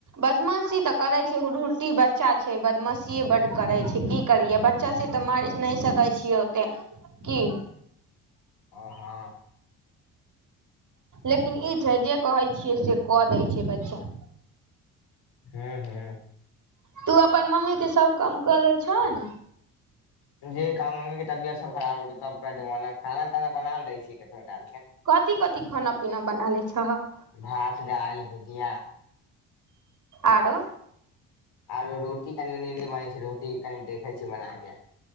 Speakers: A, on the right (about 45°); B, on the left (about 60°).
A: बदमाशी तऽ करै छै हुरहुरटी बच्चा छै बदमाशिये बड्ड करै छै की करियै बच्चा छै तऽ मारह नहि सकै छियै ओते की।
B: ओ हँ।
A: लेकिन ई छै जे कहै छियै से कऽ दै छै बच्चा।
B: हू हू।
A: तू अपन मम्मी के सब काम कऽ दै छहन।
B: जे काम मम्मी के तबियत सब खराब रहतौ तब के देबौ ओना खाना ताना बना लैय छीय कहियो काल के।
A: कथि कथि खान-पीना बनालै छहक।
B: भात, दाल भुजिया।
A: आरो।
B: आरो रोटी कनिमनी नहि बनै छै रोटी कनि देखै छीय बना के।